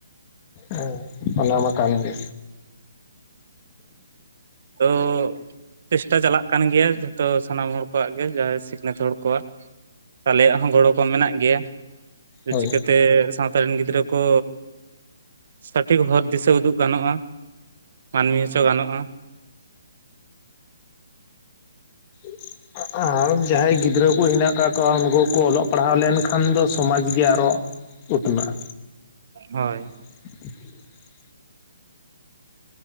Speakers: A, on the left; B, on the right.
A: ᱦᱮᱸ, ᱚᱱᱟ ᱢᱟ ᱠᱟᱱ ᱜᱮ᱾
B: ᱛᱟᱹᱣ ᱪᱮᱥᱴᱟ ᱪᱟᱞᱟᱜ ᱠᱟᱱ ᱜᱮᱭᱟ, ᱡᱷᱚᱛᱚ ᱥᱟᱱᱟᱢ ᱦᱚᱲ ᱠᱚᱣᱟᱜ ᱜᱮ, ᱡᱟᱦᱟᱸᱭ ᱥᱤᱠᱷᱱᱟᱹᱛ ᱦᱚᱲ ᱠᱚᱣᱟᱜ᱾ ᱟᱞᱮᱭᱟᱜ ᱦᱚᱸ, ᱜᱚᱲᱚ ᱠᱚ ᱢᱮᱱᱟᱜ ᱜᱮᱭᱟ,
A: ᱦᱳᱭ
B: ᱪᱤᱠᱟᱹᱛᱮ ᱥᱟᱶᱛᱟ ᱨᱮᱱ ᱜᱤᱫᱽᱨᱟᱹ ᱠᱚ ᱥᱚᱴᱷᱤᱠ ᱦᱚᱨ ᱫᱤᱥᱟᱹ ᱩᱫᱩᱜ ᱜᱟᱱᱚᱜᱼᱟ, ᱢᱟᱹᱱᱢᱤ ᱦᱚᱪᱚ ᱜᱟᱱᱚᱜᱼᱟ᱾
A: <inaudible> <inaudible> ᱟᱨ ᱡᱟᱦᱟᱸᱭ ᱜᱤᱫᱽᱨᱟᱹ ᱠᱩ ᱦᱮᱱᱟᱜ ᱠᱟᱜ ᱠᱚᱣᱟ, ᱩᱱᱠᱩ ᱠᱚ ᱚᱞᱚᱜ ᱯᱟᱲᱦᱟᱣ ᱞᱮᱱᱠᱷᱟᱱ ᱫᱚ, ᱥᱚᱢᱟᱽ ᱜᱮ ᱟᱨᱚ ᱩᱛᱱᱟᱹᱜᱼᱟ᱾
B: ᱦᱳᱭ᱾
A: <unintelligible> <inaudible>